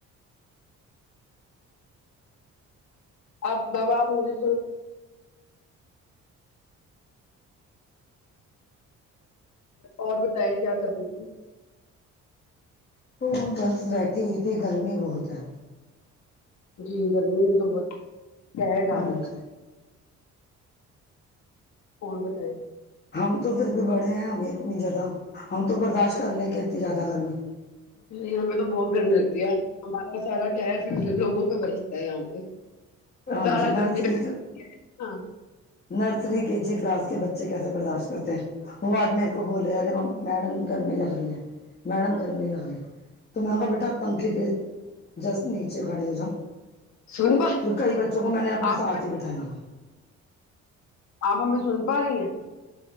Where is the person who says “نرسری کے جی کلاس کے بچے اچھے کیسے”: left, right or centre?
Left